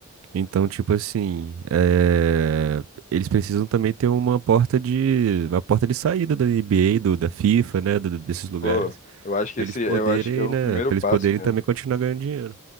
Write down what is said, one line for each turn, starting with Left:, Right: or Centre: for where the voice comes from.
Right: Então, tipo assim, é, eles precisam também ter uma porta de, uma porta de saída da NBA, do, da FIFA, né? do- desses lugares,
Left: pô, eu acho
Right: pra
Left: que esse,
Right: eles poderem,
Left: eu acho que é o
Right: né?
Left: primeiro
Right: Pra eles
Left: passo
Right: poderem
Left: mesmo.
Right: também continuar ganhando dinheiro.